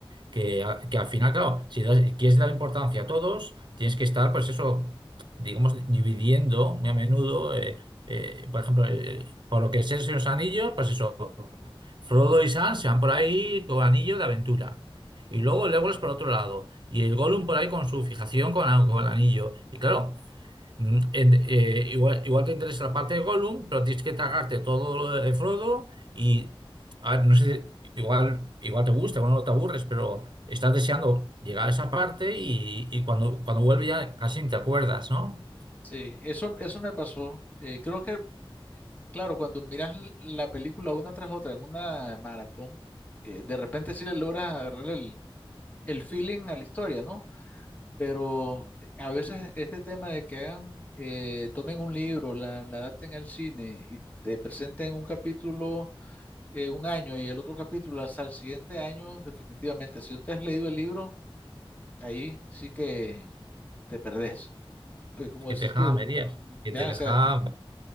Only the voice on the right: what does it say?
que, a- que al final, claro, si das- quieres dar importancia a todos, tienes que estar, pues eso, digamos, dividiendo muy a menudo. eh, eh, por ejemplo, eh, por lo que es el Señor de los Anillos, pues eso, Frodo y Sam se van por ahí con anillo de aventura. Y luego Legolas por otro lado. Y el Gollum por ahí con su fijación con, a- con el anillo. Y claro. Mm, en- eh, igual, igual te interesa la parte de Gollum, pero tienes que tragarte todo lo de Frodo y a ver, no sé, igual, igual te gusta, igual no te aburres, pero estás deseando llegar a esa parte y, y cuando, cuando vuelve ya casi ni te acuerdas, ¿no?
Es que
te deja
a medias,
es que
te deja,